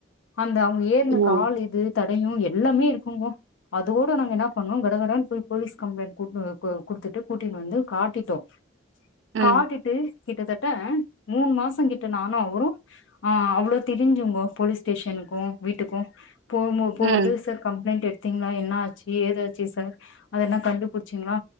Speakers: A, on the left; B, on the right.
A: அந்த அவுங்க ஏர்ன
B: ம்
A: கால் இது தடையு எல்லாமே இருக்குங்கோ அதோட நாங்க என்ன பண்ணோ கட கடன் போய் போலீஸ் கம்ளைண்ட் குத்ட் கு கு குடுத்துட்டு கூட்டின் வந்து காட்டிட்டோ
B: ம்
A: காட்டிட்டு கிட்டத்தட்ட மூனு மாச கிட்ட நானு அவுரு ஆ அவ்ளோ திரிஞ்சுங்கோ போலீஸ் ஸ்டேஷனுக்கு வீட்டுக்கு போம்போ போர்து
B: ம்
A: சர் கம்ப்ளைண்ட் எட்த் திங்ளா என்ன ஆச்சி ஏதாச்சி சர் அத என்ன கண்டுபிடிச்சீங்ளா